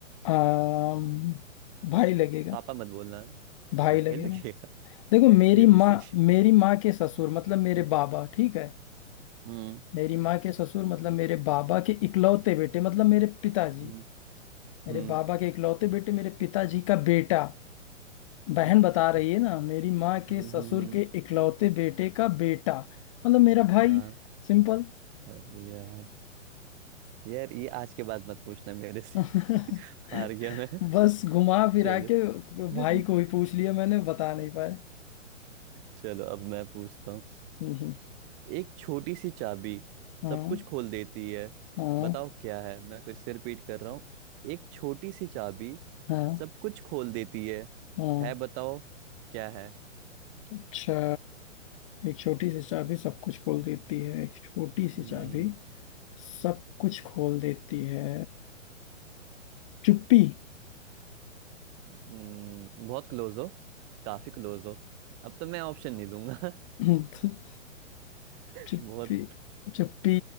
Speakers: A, on the left; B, on the right.
A: आम, भाई लगेगा
B: पापा मत बोलना
A: भाई
B: अच्छा भाई
A: लगेगा
B: लगेगा
A: देखो
B: <laughs>
A: मेरी
B: ये भी
A: माँ
B: सही है
A: मेरी माँ के ससुर मतलब मेरे
B: हम्म
A: बाबा ठीक है
B: हम्म
A: मेरी माँ के ससुर मतलब मेरे बाबा के इकलौते बेटे मतलब मेरे पिताजी
B: हम्म
A: मेरे
B: हम्म,
A: बाबा के इकलौते बेटे मेरे पिताजी का बेटा बहन
B: अच्छा
A: बता रही है ना मेरी माँ के
B: हम्म
A: ससुर
B: हम्म हम्म,
A: के इकलौते बेटे का बेटा मतलब मेरा भाई
B: हाँ
A: सिंपल
B: अरे यार यार ये आज के बाद मत पूछना मेरे से
A: <laughs>
B: <laughs> हार गया मैं
A: बस घुमा फिरा
B: चलो
A: के
B: <laughs>
A: भाई को ही पूछ लिया मैंने बता नहीं पाए
B: चलो अब मैं पूछता हूँ
A: हम्म,
B: एक छोटी सी चाबी
A: हाँ
B: सब कुछ खोल देती है
A: हाँ
B: बताओ क्या है मैं फिर से रिपीट कर रहा हूँ एक छोटी सी चाबी
A: हाँ
B: सब कुछ खोल देती है
A: हाँ
B: है बताओ क्या है
A: अच्छा एक छोटी सी चाबी सब कुछ खोल देती है एक छोटी सी
B: हम्म
A: चाबी सब कुछ खोल देती है चुप्पी
B: हम्म, बहुत क्लोज हो काफी क्लोज हो अब तो मैं ऑप्शन नहीं दूंगा
A: <laughs>
B: <laughs>
A: चुप्पी
B: बहुत
A: चुप्पी